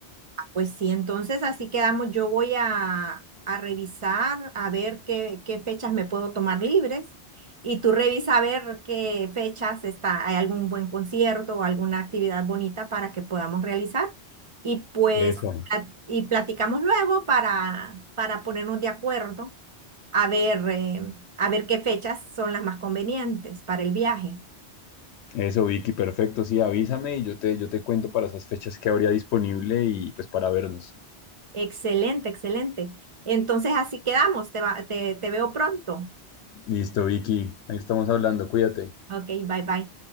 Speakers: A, on the right (about 45°); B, on the left (about 80°).
A: Pues sí, entonces así quedamos. Yo voy a, a revisar a ver qué, qué fechas me puedo tomar libres y tú revisa a ver qué fechas está, hay algún buen concierto o alguna actividad bonita para que podamos realizar y pues
B: Eso.
A: pla- y platicamos luego para, para ponernos de acuerdo a ver, eh, a ver qué fechas son las más convenientes para el viaje.
B: Eso, Vicky, perfecto. Sí, avísame y yo te, yo te cuento para esas fechas que habría disponible y pues para vernos.
A: Excelente, excelente. Entonces así quedamos. Te va- te, te veo pronto.
B: Listo, Vicky, ahí estamos hablando, cuídate.
A: Ok, bye bye.